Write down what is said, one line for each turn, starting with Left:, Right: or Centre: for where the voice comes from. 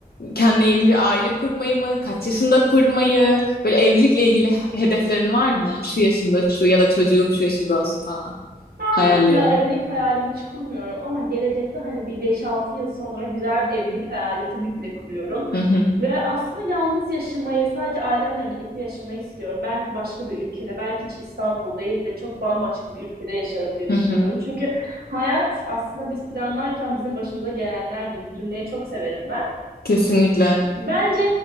Left: Kendine yeni bir aile kurmayı mı? Kaç yaşında kurmayı? Böyle evlilikle ilgili hedeflerin var mı? Şu yaşımda şu ya da çocuğum şu yaşımda olsun falan.
Right: Şu an
Left: Hayallerin.
Right: mesela evlilik hayali hiç kurmuyorum ama gelecekte hani bir beş altı yıl sonra güzel bir evlilik hayali tabii ki de kuruyorum.
Left: Hı hı.
Right: Ve aslında yalnız yaşamayı, sadece ailemle birlikte yaşamayı istiyorum. Belki başka bir ülkede, belki hiç İstanbul değil de çok bambaşka bir ülkede yaşarım diye
Left: Hı
Right: düşünüyorum.
Left: hı.
Right: Çünkü hayat aslında biz planlarken bizim başımıza gelenlerdi. Bu cümleyi çok severim ben.
Left: Kesinlikle.
Right: Bence